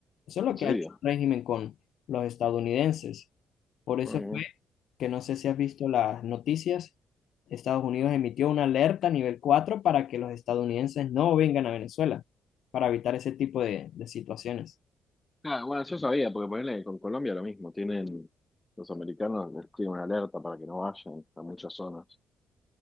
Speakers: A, on the left; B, on the left.
A: Eso es lo
B: ¿En serio?
A: que ha hecho el régimen con los estadounidenses. Por eso
B: Mm.
A: fue que no sé si has visto las noticias, Estados Unidos emitió una alerta nivel 4 para que los estadounidenses no vengan a Venezuela, para evitar ese tipo de, de situaciones.
B: Ah, bueno, yo sabía, porque ponele con Colombia lo mismo. Tienen, los americanos les escriben una alerta para que no vayan a muchas zonas.